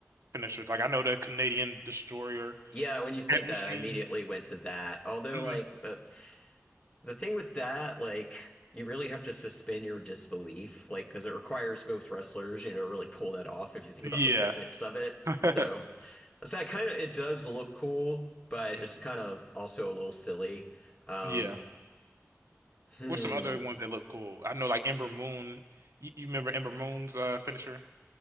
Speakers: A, on the right (about 80°); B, on the left (about 20°).
A: finishers. Like I know the Canadian destroyer.
B: when you said
A: Have you
B: that,
A: seen?
B: I immediately went to that. Although,
A: Mm,
B: like the the thing with that, like you really have to suspend your disbelief, like because it requires both wrestlers, you know, really pull that off. If you think
A: yeah.
B: about the physics of it,
A: <laughs>
B: so it's that kind of it does look cool, but
A: Mm,
B: it's kind of also a little silly. Um,
A: yeah.
B: hmm.
A: What's some other ones that look cool? I know like Ember Moon. You, you remember Ember Moon's uh finisher?